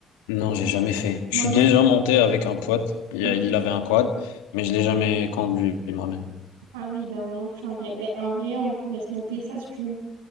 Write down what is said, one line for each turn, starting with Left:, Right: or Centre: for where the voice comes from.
Left: Non, j'ai jamais fait. Je
Right: Moi
Left: suis
Right: non
Left: déjà
Right: plus.
Left: monté avec un pote. Il
Right: Ok.
Left: a- il avait un quad, mais je l'ai jamais conduit moi-même.
Right: Ah oui, ben moi non plus en vrai. Ben en vrai, on pourrait se noter ça si tu veux.